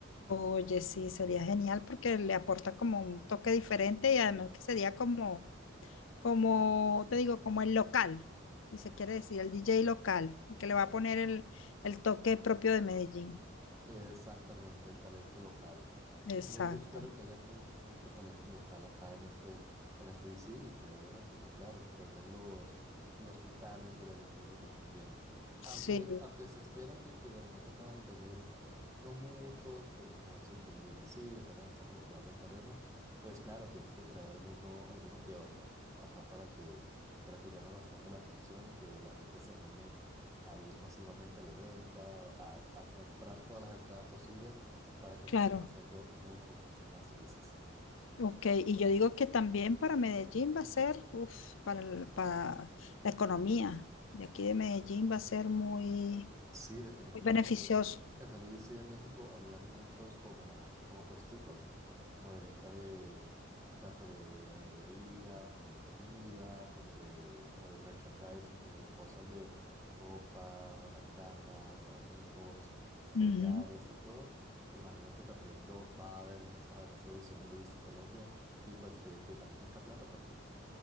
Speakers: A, on the left; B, on the right.
A: Oye, sí, sería genial porque le aporta como un toque diferente y además que sería como como te digo, como el local, si se quiere decir, el DJ local, el que le va a poner el, el toque propio de Medellín.
B: Exactamente, el talento local.
A: Exacto.
B: Yo, yo espero que haya mucho, mucho talento local acá en este, en este DC y que obviamente, que claro, que vengan los, los titanes de la electrónica también.
A: Sí,
B: Aunque, aunque se espera que, que de repente puedan venir no muchos, por como es el primer IDC y apenas están como probando el terreno, pues claro, tienen que traer alguno, alguno que otro acá para que, para que llame bastante la atención y que la gente se anime a ir masivamente al evento, a, a- a comprar todas las entradas posibles para que
A: claro.
B: se sigan haciendo muchos, muchos más CDCs.
A: Ok, y yo digo que también para Medellín va a ser, uf, para, el- para la economía de aquí de Medellín va a ser muy,
B: Sí, definitivamente.
A: muy beneficioso.
B: En el IDC de México habían muchos como, como puesticos, como de venta de tanto de, de bebida, como de comida, como de, como de merchandising, como de cosas de ropa, bandanas, abanicos, collares
A: Ujú.
B: y todo. Imagino que también lo va a haber en esta, en esta edición del IDC Colombia y pues que, que ganen mucha plata también.